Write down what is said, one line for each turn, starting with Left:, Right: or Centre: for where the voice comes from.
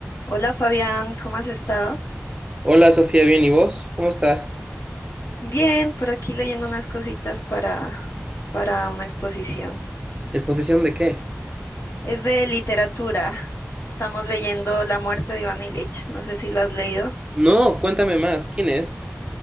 Left: Hola Fabián, ¿cómo has estado?
Right: Hola Sofía, bien, ¿y vos? ¿Cómo estás?
Left: Bien, por aquí leyendo unas cositas para, para una exposición.
Right: ¿Exposición de qué?
Left: Es de literatura. Estamos leyendo La muerte de Iván Ilich, no sé si lo has leído.
Right: No, cuéntame más, ¿quién es?